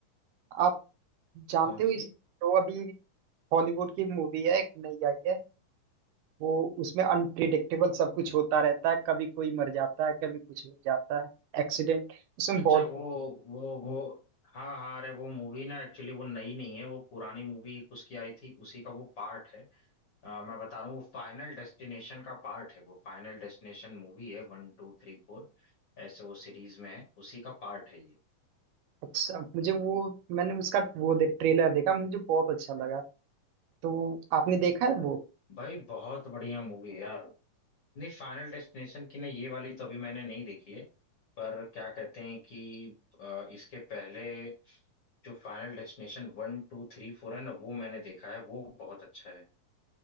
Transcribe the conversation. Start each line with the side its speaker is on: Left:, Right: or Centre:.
Right: आप जानते
Left: कौन
Right: हो
Left: सी
Right: इस तो अभी हॉलीवुड की मूवी है एक नई आई है वो उसमें अनप्रिडिक्टेबल सब कुछ होता रहता है कभी कोई मर जाता है कभी कुछ हो जाता है एक्सीडेंट उसमें
Left: अच्छा
Right: बहुत
Left: वो वो वो हाँ हाँ अरे वो मूवी ना एक्चुअली वो नई नहीं है वो पुरानी मूवी एक उसकी आई थी उसी का वो पार्ट है अ, मैं बता रहा हूँ वो फाइनल डेस्टिनेशन का पार्ट है वो फाइनल डेस्टिनेशन मूवी है वन टू थ्री फोर ऐसे वो सीरीज में है उसी का पार्ट है ये
Right: अच्छा मुझे वो मैंने उसका वो देख ट्रेलर देखा मुझे बहुत अच्छा लगा तो आपने देखा है वो
Left: भाई बहुत बढ़िया मूवी है यार नहीं फाइनल डेस्टिनेशन की ना ये वाली तो अभी मैंने नहीं देखी है पर क्या कहते हैं कि अ, इसके पहले जो फाइनल डेस्टिनेशन वन टू थ्री फोर है ना वो मैंने देखा है वो बहुत अच्छा है